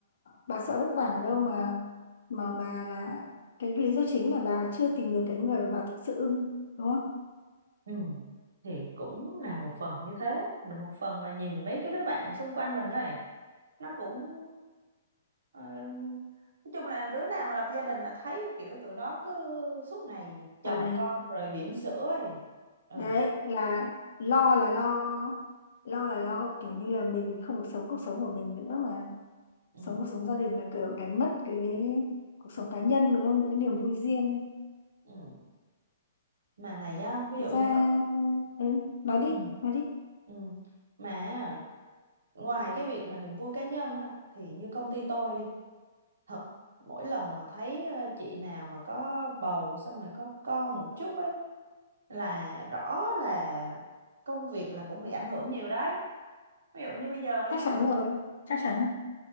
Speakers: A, on the left; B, on the right.
A: bà sợ vất vả ở đâu mà mà bà là cái lý do chính là bà chưa tìm được cái người mà bà thực sự ưng đúng không
B: Ừ. Thì cũng là một phần như thế, là một phần là nhìn mấy cái đứa bạn xung quanh mình này, nó cũng ờ, nói chung là đứa nào mà lập gia đình là thấy kiểu tụi nó cứ suốt ngày chồng
A: à
B: con rồi bỉm sữa ấy. Ừ,
A: đấy là lo là lo lo là lo kiểu như là mình không được sống cuộc sống của mình nữa mà
B: ừ,
A: sống cuộc sống gia đình là kiểu đánh mất cái cuộc sống cá nhân đúng không những cái niềm vui riêng
B: ừ. Mà này nhá, ví
A: thực
B: dụ
A: ra
B: như con
A: ừ, nói đi
B: Ừ.
A: nói đi
B: Ừ. Mà á, ngoài cái việc mà niềm vui cá nhân á thì như công ty tôi đi thật mỗi lần mà thấy ờ, chị nào mà có bầu xong rồi có con một chút ấy là rõ là công việc là cũng bị ảnh hưởng nhiều đấy ví dụ như bây giờ nha
A: chắc chắn rồi chắc
B: ừ,
A: chắn rồi.